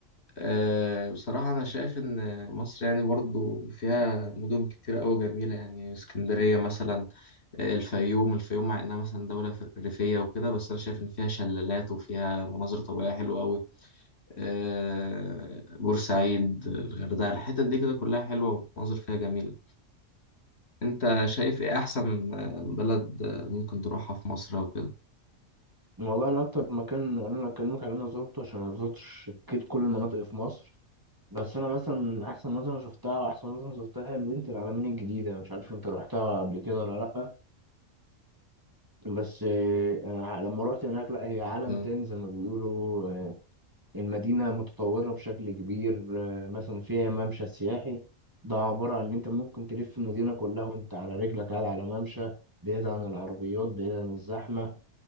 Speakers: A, on the left; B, on the right.
A: أه بصراحة انا شايف ان مصر يعني برضو فيها مدن كتير قوي جميلة يعني اسكندرية مثلا آه، الفيوم الفيوم مع انها مثلا دولة ف- ريفية وكده بس انا شايف ان فيها شلالات وفيها مناظر طبيعية حلوة قوي أه بورسعيد الغردقة الحتت دي كده كلها حلوة ومناظر فيها جميلة انت شايف ايه احسن آه، بلد آه، ممكن تروحها في مصر او كده
B: والله انا اكتر مكان انا اكلمك على اللي انا زرته عشان انا ما زرتش اكيد كل المناطق في مصر بس انا مثلا احسن منطقه شفتها واحسن منطقه زرتها هي بنت العلمين الجديده مش عارف انت روحتها قبل كده ولا لا بس آه، أنا لما روحت هناك لا هي عالم
A: مم.
B: تاني زي ما بيقولوا آه، المدينه متطوره بشكل كبير آه، مثلا فيها ممشى سياحي ده عباره عن ان انت ممكن تلف المدينه كلها وانت على رجلك قاعد على ممشى بعيد عن العربيات بعيد عن الزحمه